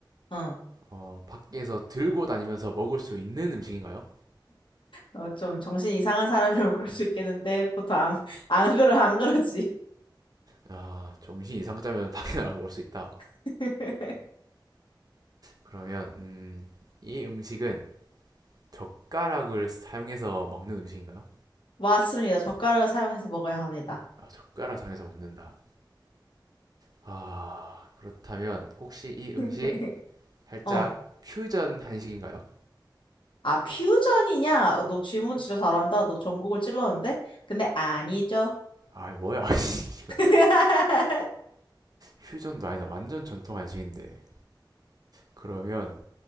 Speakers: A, on the left (about 80°); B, on the right (about 50°).
A: 응.
B: 어, 밖에서 들고 다니면서 먹을 수 있는 음식인가요?
A: 어, 좀 정신이 이상한 사람이라면 <laughs> 그럴 수 있겠는데 보통 안, 안 그러 안 그러지.
B: 아, 정신 이상 짜면 <laughs> 밖에 나가서 먹을 수 있다.
A: <laughs>
B: 그러면 음, 이 음식은 젓가락을 사용해서 먹는 음식인가요?
A: 맞습니다. 젓가락을 사용해서 먹어야 합니다.
B: 아, 젓가락 사용해서 먹는다. 아, 그렇다면 혹시 이
A: <laughs>
B: 음식 살짝
A: 어.
B: 퓨전 한식인가요?
A: 아, 퓨전이냐? 어, 너 질문 진짜 잘한다. 너 전국을 찔렀는데? 근데 아니죠.
B: 아, 뭐야? <laughs> 지금
A: <laughs>
B: 퓨전도 아니다. 완전 전통 한식인데. 그러면